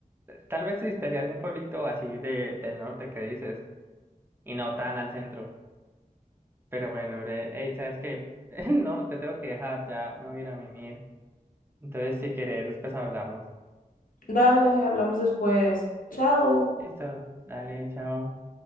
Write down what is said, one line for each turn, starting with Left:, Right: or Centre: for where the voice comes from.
Right: Tal vez visitaría algún pueblito así de, del norte que dices, y no tan al centro. Pero bueno, bre, ey, ¿sabes qué? <laughs> No, te tengo que dejar, ya me voy a ir a mimir. Entonces, si querés, después hablamos.
Left: Dale, hablamos después. Chao.
Right: Listo, dale, chao.